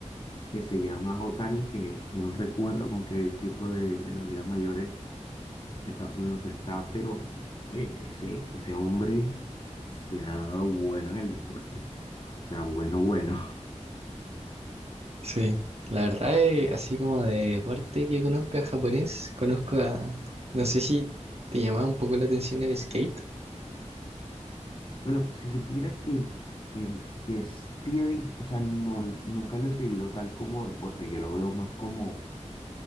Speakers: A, on the left; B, on the right.
A: que se llama Otani, que no recuerdo con qué equipo de, de las ligas mayores de Estados Unidos está, pero oye, ese, ese hombre se ha dado bueno en el deporte. O sea, bueno, bueno. <laughs>
B: Sí, la verdad es así como de parte que conozca japonés, conozco a, no sé si te llamaba un poco la atención el skate.
A: Bueno, si supiera que, que, que sí he visto, o sea, no, nunca lo he seguido tal como deporte, yo lo veo más como